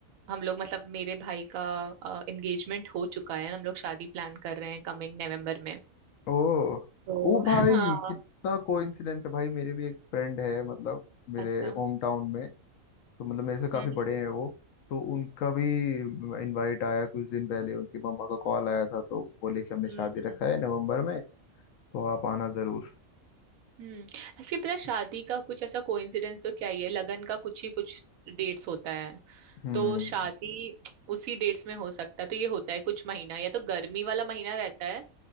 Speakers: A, on the right; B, on the left.
A: हम लोग मतलब मेरे भाई का एंगेजमेंट हो चुका है हम लोग शादी प्लान कर रहे हैं कमिंग नवंबर में
B: ओ
A: तो
B: ओ भाई
A: <laughs> हाँ
B: कितना कोइंसिडेंस है भाई मेरे भी एक फ्रेंड है मतलब मेरे
A: अच्छा
B: होम टाउन में तो मतलब मेरे से काफी
A: हम्म
B: बड़े हैं वो तो उनका भी इनवाइट आया कुछ दिन पहले उनकी मम्मा का कॉल आया था तो बोले कि हमने
A: हम्म
B: शादी रखा है नवंबर में तो आप आना जरूर
A: हम्म एक्चुअली पता है, शादी का कुछ ऐसा कोइंसिडेंस तो क्या ही है लगन का कुछ ही कुछ डेट्स होता है
B: हम्म
A: तो शादी उसी डेट्स में हो सकता है तो ये होता है कुछ महीना या तो गर्मी वाला महीना रहता है